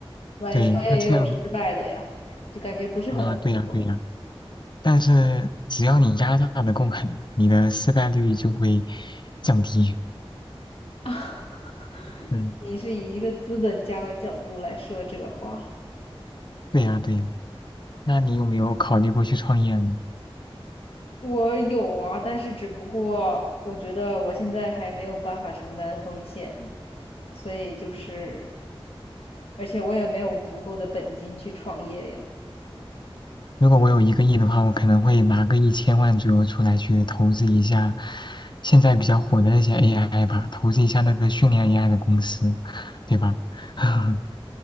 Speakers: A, on the left (about 75°); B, on the left (about 50°).
A: 万一创业也有失败的呀，
B: 对，那这样，
A: 就感觉不是很稳妥
B: 啊、对呀、对呀、但是只要你压榨的够狠，你的失败率就会降低。
A: <laughs>
B: 嗯，
A: 你是以一个资本家的角度来说这个话。
B: 对呀、对呀、那你有没有考虑过去创业呢？
A: 我有啊，但是只不过我觉得我现在还没有办法承担风险，所以就是，而且我也没有足够的本金去创业呀。
B: 如果我有一个亿的话，我可能会拿个一千万左右出来去投资一下现在比较火的那些 AI 吧，投资一下那个训练 AI 的公司，对吧？<laughs>